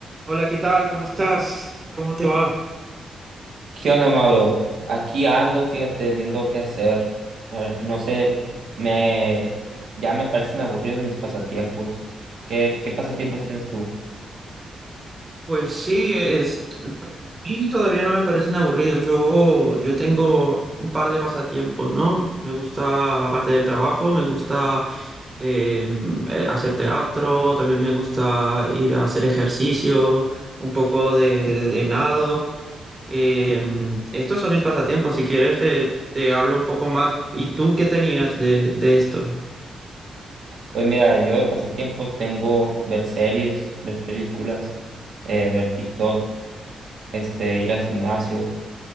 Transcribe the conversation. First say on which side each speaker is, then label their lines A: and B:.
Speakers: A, on the right; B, on the right.
A: Hola, ¿qué tal? ¿Cómo estás? ¿Cómo te va?
B: ¿Qué onda, Mauro? Aquí ando, fíjate, viendo qué hacer. A ver, no sé, me ya me parecen aburridos mis pasatiempos. ¿Qué, qué pasatiempos
A: Sí.
B: tienes tú?
A: Pues sí, es, pues a mí todavía no me parecen aburridos. Yo, yo tengo un par de pasatiempos, ¿no? Me gusta, aparte del trabajo, me gusta eh, eh, hacer teatro, también me gusta ir a hacer ejercicio, un poco de, de- de nado. Em, estos son mis pasatiempos. Si quieres, te, te hablo un poco más. ¿Y tú qué tenías de, de esto?
B: Pues mira, yo de pasatiempos tengo ver series, ver películas, eh, ver TikTok, este, ir al gimnasio,